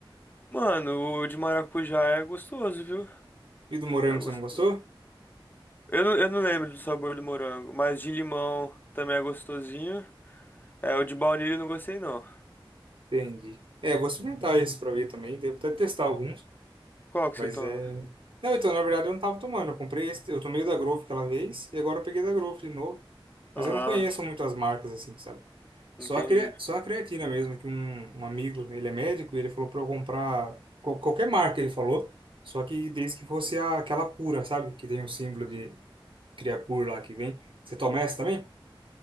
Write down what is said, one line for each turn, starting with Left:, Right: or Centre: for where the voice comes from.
Left: Mano, o de maracujá é gostoso, viu?
Right: E do morango
Left: É gostoso.
Right: você não gostou?
Left: Eu não, eu não lembro do sabor do morango, mas de limão também é gostosinho. É, o de baunilha eu não gostei não.
Right: Entendi. É, vou experimentar esse pra ver também. Devo até testar alguns,
Left: Qual que
Right: mas
Left: você toma?
Right: é. Não, então, na verdade, eu não tava tomando. Eu comprei esse, eu tomei o da Growth aquela vez e agora eu peguei da Growth de novo. Mas
Left: Ah,
Right: eu não conheço muito as marcas, assim, sabe? Só
Left: entendi.
Right: a, crea- só a creatina mesmo, que um, um amigo, ele é médico, e ele falou pra eu comprar qual- qualquer marca, ele falou, só que desde que fosse a- aquela pura, sabe? Que tem um símbolo de Creapure lá que vem. Você toma essa também?